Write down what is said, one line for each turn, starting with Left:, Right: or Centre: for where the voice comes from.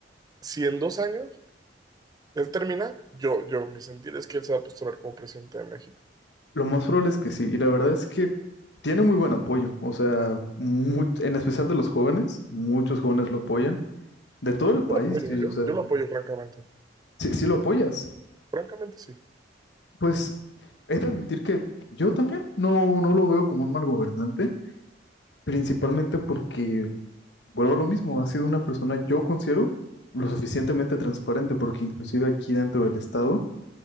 Right: si en dos años él termina, yo, yo, mi sentir es que él se va a postular como presidente de México.
Left: Lo más probable es que sí, y la verdad es que tiene muy buen apoyo, o sea, mu- en especial de los jóvenes, muchos jóvenes lo apoyan, de todo el país,
Right: Yo lo apoyo,
Left: y
Right: yo,
Left: o sea,
Right: yo lo apoyo francamente.
Left: si, si lo apoyas,
Right: Francamente sí.
Left: pues he de admitir que yo también no, no lo veo como un mal gobernante, principalmente porque, vuelvo a lo mismo, ha sido una persona, yo considero, lo suficientemente transparente, porque inclusive aquí dentro del Estado,